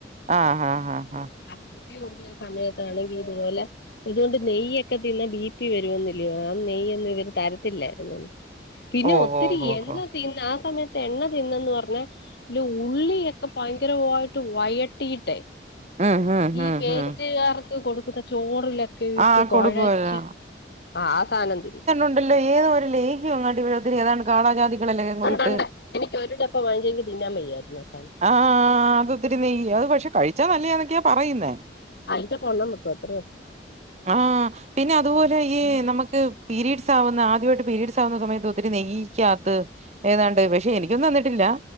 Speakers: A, on the right; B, on the left.
A: ആഹ് ഹാ ഹാഹാ
B: അ ബീ പി കൂടിയ സമയത്താണെങ്കീ ഇതുപോലെ അതുകൊണ്ട് നെയ്യൊക്കെ തിന്ന ബി പി വരുമെന്നില്ലയോ ആ നെയ്യൊന്നും ഇവര്‌ തരത്തില്ലായിരുന്നന്ന്
A: <inaudible>
B: പിന്നെ ഒത്തിരി
A: ഓഹ് ഓഹ്
B: എണ്ണ
A: ഓഹ്
B: തിന്ന ആ സമയത്ത് എണ്ണ തിന്നന്ന് പറഞ്ഞാ ല്ലോ ഉള്ളിയൊക്കെ ഭയങ്കര വായിട്ട് വയട്ടിട്ടെ
A: ഉം ഉം
B: ഈ
A: ഉം
B: പേറ്റുകാർക്ക്
A: ഉം
B: കൊടുക്കുന്ന ചോറിലെ ക്കെ യിട്ട്
A: ആഹ്
B: കോഴച്ച്
A: കൊടുക്കുവല്ലോ
B: ആ ആ സാധനം തിന്ന
A: ണ്ടല്ലോ ഏതോ ഒരു ലേഹിഎങ്ങണ്ട് ഒത്തിരി ഏതാണ്ട് കാനാജാതികളല്ലാം കൂടിയിട്ട്
B: ഉണ്ടുണ്ട് എനിക്ക് ഒരു ടപ്പം വാങ്ങിയെങ്കി തിന്നാൻ വയ്യായിരുന്നു സാധനം
A: ആഹ അതൊത്തിരി നെയ്യ അത് പക്ഷെ കഴിച്ചാ നല്ലന്നൊക്കെയാ പറയുന്നേ
B: അഞ്ച് <unintelligible> കിട്ടും അത്ര ഉള്ളു
A: ആഹ പിന്നെ അതുപോലെ ഈ നമുക്ക് പീരീഡ്സ് ആവുന്ന ആദ്യവായിട്ട് പീരീഡ്സ് ആവുന്ന സമയത്ത് ഒത്തിരി നെയ്യിക്കാത്ത് ഏതാണ്ട് പക്ഷെ എനിക്കൊന്നും തന്നിട്ടില്ല